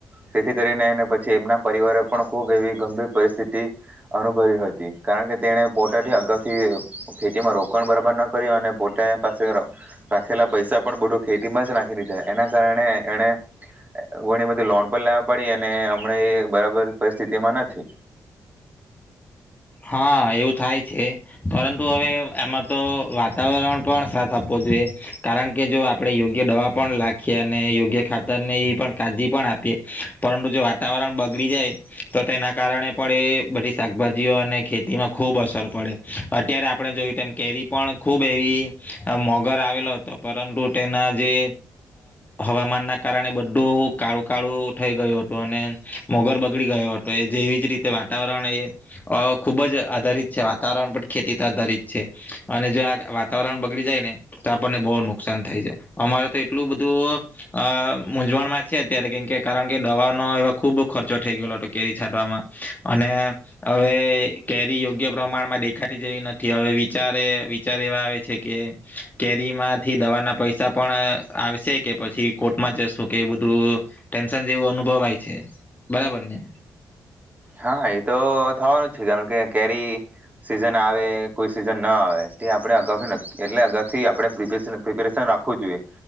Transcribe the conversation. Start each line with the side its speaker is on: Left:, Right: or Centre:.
Right: તેથી કરીને એને પછી એમના પરિવારે પણ ખૂબ એવી ગંભીર પરિસ્થિતિ અનુભવી હતી કારણ કે તેણે પોતાથી અગાઉથી ખેતીમાં રોકાણ બરાબર ન કર્યું અને પોતા પાસે રાખેલા પૈસા પણ બધું ખેતીમાં જ નાખી દીધા એના કારણે એણે ઘણી બધી લોન પણ લેવા પડી અને હમણાં એ બરાબર પરિસ્થિતિમાં નથી
Left: હા એવું થાય છે પરંતુ હવે આમાં તો વાતાવરણ પણ સાથ આપવો જોઈએ કારણ કે જો આપણેે યોગ્ય દવા પણ લખીએ અને યોગ્ય ખાતરને એ પણ કાળજી પણ આપીએ પરંતુ જો વાતાવરણ બગડી જાય તો તેના કારણે પણ એ બધી શાકભાજી અને ખેતીમાં ખૂબ અસર પડે અત્યારે આપણે જોયું તેમ કેરી પણ ખૂબ એવી મોગર આવેલો હતો પરંતુ તેના જે હવામાનના કારણે બધું કાળું કાળું થઈ ગયું હતું અને મોગર બગડી ગયો હતો એ જેવી જ રીતે વાતાવરણ એ અ ખૂબ જ આધારિત છે વાતાવરણ પર ખેતી તો આધારિત છે અને જો આ વાતાવરણ બગડી જાય ને તો આપણને બહુ નુકસાન થાય છે અમારે તો એટલું બધું અ મૂંઝવણમાં છે અત્યારે કેમ કે કારણ કે દવાનો એવા ખૂબ ખર્ચો થઈ ગયેલો હતો કેરી છાંટવામાં અને હવે કેરી યોગ્ય પ્રમાણમાં દેખાતી જેવી નથી હવે વિચારે વિચાર એવા આવે છે કે કેરીમાંથી દવાના પૈસા પણ આવશે કે પછી કોર્ટમાં જશો કે બધું ટેન્શન જેવું અનુભવ આવે છે બરાબર ને
Right: હા એતો થવાનું જ છે કારણ કે કેરી સિઝન આવે કોઈ સિઝન ના આવે તે આપણે અગાઉથી એટલે અગાઉથી આપણે પ્રિપેરેશન રાખવું જોઈએ